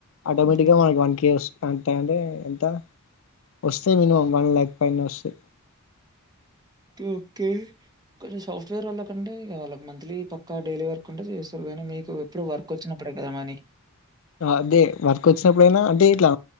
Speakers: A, on the left; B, on the right.
A: ఆటోమేటిక్గా
B: హ్మ్.
A: మనకి వన్ కే వస్తున్ అంటే అంటే ఎంత వస్తే మినిమం వన్ ల్యాక్ పైన వస్తాయి
B: టెన్త్ కొంచెం సాఫ్ట్వేర్ వాళ్ళకంటే ఇ వాళ్ళకి మంత్లీ పక్క డైలీ వర్క్ అంటే చేస్తారు కానీ మీ ఎప్పుడు వర్క్ వచ్చినప్పుడే కదా మని
A: అదే వర్క్ వచ్చినప్పుడైనా అంటే ఇట్ల